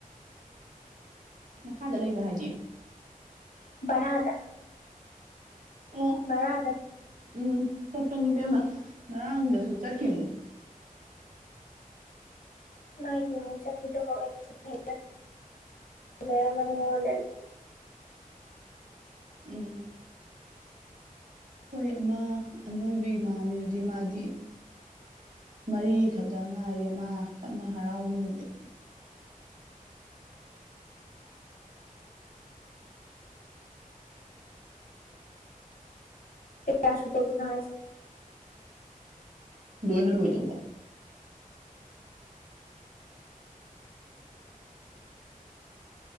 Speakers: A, on the right (about 60°); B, on the left (about 70°).
A: ꯃꯈꯥꯗ ꯂꯩꯕ ꯍꯥꯏꯗꯤ
B: ꯔꯗ
A: ꯑꯣ
B: ꯕꯔꯥꯗ
A: ꯎꯝ ꯆꯠꯄꯅꯦꯕꯦꯝꯃ ꯉꯔꯥꯡꯗꯁꯨ ꯆꯠꯈꯤꯕꯅꯦ
B: ꯃ ꯆꯠꯄꯤꯗ ꯍꯋꯥ ꯏꯅꯤ ꯑꯣꯔꯦꯗꯤ
A: ꯎꯝ ꯑꯩꯈꯣꯏ ꯑꯃ ꯑꯅꯣꯏꯕ ꯏꯃꯥꯟꯕꯤꯗꯨꯗꯤ ꯃꯥꯗꯤ ꯃꯔꯤꯈꯛꯇ ꯉꯥꯏꯔꯦ ꯃꯥ ꯀꯟꯅ ꯍꯔꯥꯎꯔꯤ ꯍꯧꯖꯤꯛ
B: ꯀ ꯑꯁꯣꯗ ꯃꯅ ꯍꯥꯏꯁ
A: ꯂꯣꯏꯅ ꯂꯣꯏꯗꯧꯕ ꯃꯁꯤ